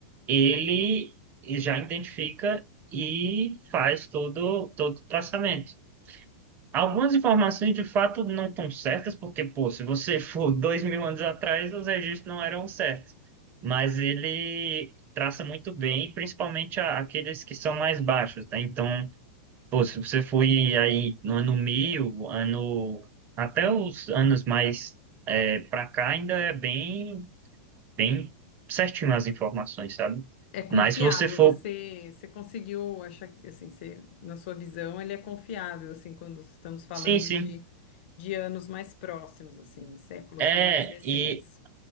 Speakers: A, on the right; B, on the left.
A: ele já identifica e faz todo, todo o traçamento. Algumas informações de fato não estão certas, porque, pô, se você for <laughs> dois mil anos atrás, os registros não eram certos. Mas ele traça muito bem, principalmente a- aqueles que são mais baixos, tá? Então, pô, se você foi aí no ano mil ano... até os anos mais é, pra cá, ainda é bem, bem certinho as informações, sabe?
B: É confiável?
A: Mas se você for.
B: Você, você conseguiu achar, assim, você, na sua visão, ele é confiável, assim, quando estamos falando
A: Sim, sim.
B: de, de anos mais próximos, assim, de séculos
A: É,
B: mais recentes.
A: e